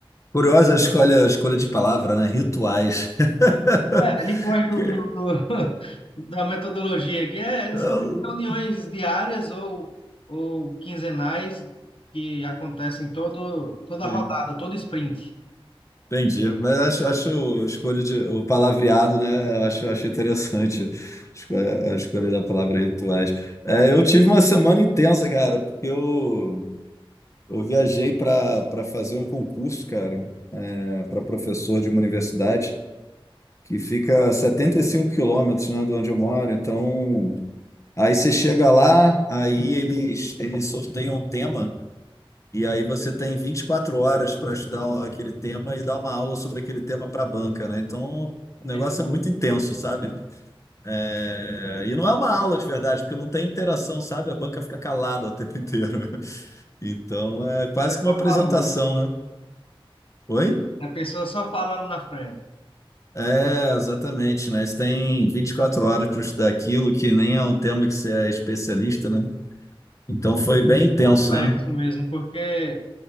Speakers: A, on the left; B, on the left.
A: Curiosa a escolha, a escolha de palavra, né? Rituais. <laughs>
B: É, rituais do,
A: Que-
B: do- do- <laughs> da metodologia aqui é,
A: eu-
B: são reuniões diárias ou, ou quinzenais que acontecem todo, toda
A: Sim,
B: rodada, todo sprint.
A: Entendi. Mas acho, acho o escolho de o palavreado, né? Eu Acho, acho interessante esco- a escolha da palavra rituais. É, eu tive uma semana intensa, cara, porque eu, eu viajei para para fazer um concurso, cara, para professor de uma universidade que fica a 75 quilômetros, né, de onde eu moro. Então Aí você chega lá, aí eles, eles sorteiam um tema, e aí você tem 24 horas para estudar aquele tema e dar uma aula sobre aquele tema para a banca, né? Então, o negócio
B: É,
A: é muito intenso, sabe? É, E não é uma aula de verdade, porque não tem interação, sabe? A banca fica calada o tempo inteiro. <laughs> Então, é quase
B: a pessoa
A: que uma apresentação,
B: falando,
A: né? Oi?
B: a pessoa só falando na frente.
A: É, exatamente, né? Você tem 24 horas para estudar aquilo, que nem é um tema que você é especialista, né? Então foi bem intenso,
B: Complexo
A: né?
B: mesmo, porque